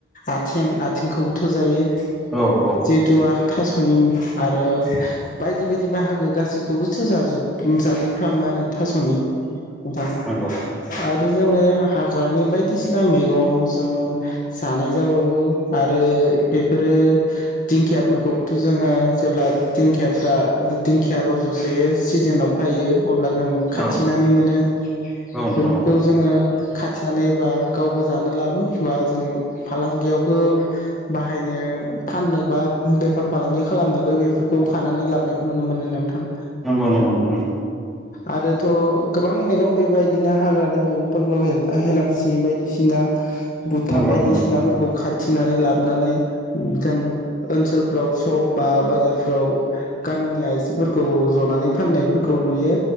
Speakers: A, on the left; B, in the centre.
A: आथिं आथिंखौबोथ' जायो।
B: औ औ।
A: जिहेथु थास'नि आरो बायदि बायदि बाहागो गासैखोबोसो जाजोब जाजोबफ्रामोआनो। थास'नि नोंथां
B: नंगौ
A: आरो जोङो
B: औ
A: हा ग्रानि बायदिसिना मैगं जों जानाय जाबावो आरो बेफोरो दिंखियाफोरखौ जोङो जेब्ला दिंखियाफ्रा दिंखिया रज'सोयो सिजोनाव फायो अब्ला जों
B: औ
A: खाथिंनानै मोनो
B: औ नोंथां
A: बेफोरखौ
B: औ
A: जोङो खाथिंनानै बा गावबो जानो लाबो बा जों फालांगियावबो बाहायनो फाननो बा बेफोर फालांगि खालामनोबो बेफोरखौ खानानै लाबनायखौ नुनो मोनो नोंथां।
B: नंगौ नंगौ नोंथां।
A: आरोथ' गोबां मैगं बेबायदिनो हाग्रानि मैगंफोरबो हे-हेलां सि बायदिसिना बुथा
B: नंगौ
A: बायदिसिनाफोरखौ
B: नंगौ नोंथां
A: खा थिनानै लाबनानै जों ओनसोल फ्राव सक बा बाजारफ्राव गामिनि आइजोफोरखौ ज'नानै फाननायफोरखौ नुयो।